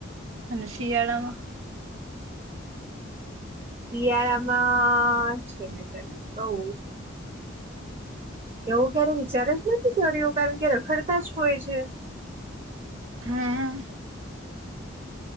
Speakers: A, on the right; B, on the right.
A: અને શિયાળામાં?
B: શિયાળામાં, છે ને તને કહુ એવો ક્યારે વિચાર જ નથી કર્યો, કારણ કે રખડતા જ હોય છે.
A: હા.